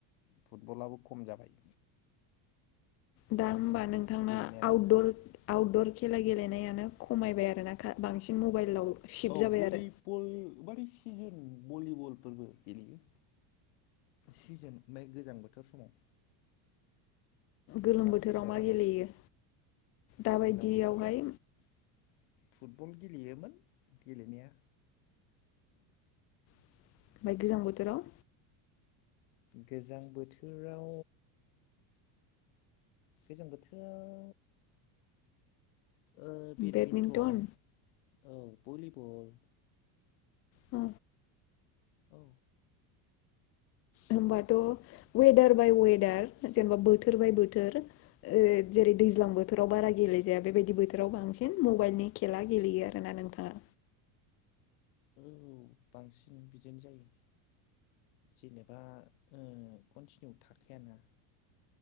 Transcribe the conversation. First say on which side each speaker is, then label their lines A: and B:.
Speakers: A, on the left; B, on the left.
A: फुटबलाबो खम जाबाय
B: दा
A: बांसिन
B: होमबा नोंथांआ
A: गेलेनायानो
B: आउटदर आउटदर खेला गेलेनायानो खमायबाय आरो ना खा-बांसिन मबाइलाव शिफ्ट
A: औ
B: जाबाय
A: बलि
B: आरो
A: बल माने सिजोन भलिबलफोरबो गेलेयो सिजोन <unintelligible> गोजां बोथोर समाव।
B: गोलोम
A: दाथ'
B: बोथोराव
A: गेलेजालाना
B: मा गेलेयो दाबायदियावहाय
A: दैज्लां बोथोराव फुट-फुटबल गेलेयोमोन गेलेनाया।
B: ओमफाय गोजां बोथोराव?
A: गोजां बोथोराव गोजां बोथोराव ओ-बेडमिन्टन
B: बेडमिन्टन
A: औ भलिबल
B: औ
A: औ
B: होमबाथ' वेदार बाय वेदार जेनेबा बोथोर बाय बोथोर ओ जेरै दैज्लां बोथोराव बारा गेलेजाया बेबायदि बोथोराव बांसिन मबाइलनि खेला गेलेयो आरोना नोंथाङा।
A: औ बांसिन बिदिनो जायो जेनेबा ओ कन्टिनिउ थाखायाना।